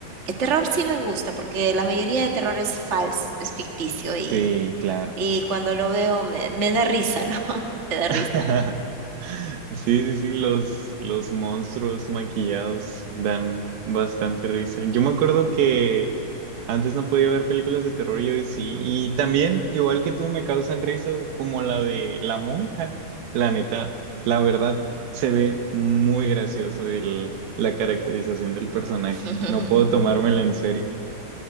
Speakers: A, on the right (about 35°); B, on the right (about 70°).
A: el terror sí me gusta, porque la mayoría de terror es falso, es ficticio y
B: Sí, claro.
A: Y cuando lo veo me, me da risa, ¿no? <laughs> Me da
B: <laughs>
A: risa.
B: Sí, sí, sí, los, los monstruos maquillados dan bastante risa. Yo me acuerdo que antes no podía ver películas de terror y hoy sí. Y también, igual que tú, me causan risas como la de La Monja. La neta, la verdad, se ve muy gracioso el, la caracterización del personaje.
A: <laughs>
B: No puedo tomármela en serio.